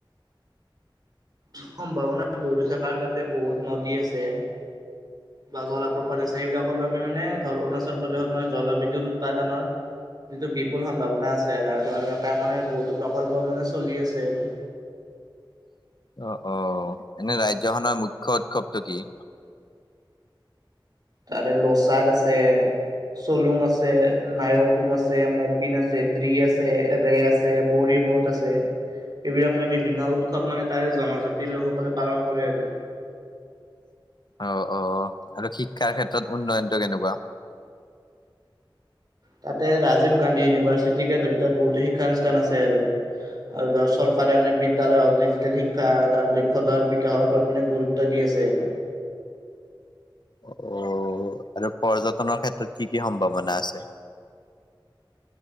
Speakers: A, on the right (about 50°); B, on the left (about 55°).
A: সম্ভাৱনা বহুত আছে কাৰণ তাতে বহুত নদী আছে।
B: <inaudible>
A: বা জলাপ্ৰপাত আছে সেইবিলাকৰ বাবে মানে ধৰ অৰুণাচল প্ৰদেশত মানে জলবিদ্যয়ুৎ উৎপাদনৰ - যিটো বিপুল সম্ভাৱনা আছে আৰু, ধৰ তাৰ কাৰণে বহুতো প্ৰকল্প মানে চলি আছে আৰু।
B: অ অ, এনে ৰাজ্যখনৰ মুখ্য উৎসৱটো কি?
A: তাৰে লোচাৰ আছে। চলুং আছে, নায়কুম আছে, মপিন আছে, ড্ৰ্ৰী আছে, ৰে আছে, বৰিবত আছে - আছে, সেইবিলাক মানে বিভিন্ন উৎসৱ মানে তাৰে জনজাতিৰ লোকসকলে পালন কৰে আৰু।
B: অ অ, আৰু শিক্ষাৰ ক্ষেত্ৰত উন্নয়নটো কেনেকুৱা?
A: তাতে ৰাজীৱ গান্ধী ইউনিভাৰ্চিটিকে ধৰি বহুতো শিক্ষানুষ্ঠান আছে আৰু। আৰু দৰচল - তাৰে মানে বিদ্যালয় হওক ডিজিটেল শিক্ষা আৰু দক্ষতাৰ বিকাশৰ ওপৰত মানে গুৰুত্ব দি আছে আৰু।
B: অ, আৰু পৰ্যটনৰ ক্ষেত্ৰত কি কি সম্ভাৱনা আছে?